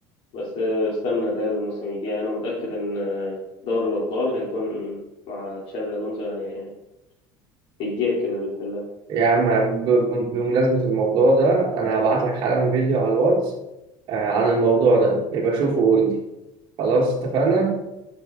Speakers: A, on the left (about 60°); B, on the right (about 45°).
A: بس استنى الريال الموسم الجاي انا متأكد ان دوري الابطال هيكون مع تشابي الونسو يعني في الجيب كده باذن الله
B: يا عم ب- ب- بمناسبه الموضوع ده انا هبعت لك حالا فيديو على الواتس آه، عن الموضوع ده يبقى شوفه وقول لي خلاص اتفقنا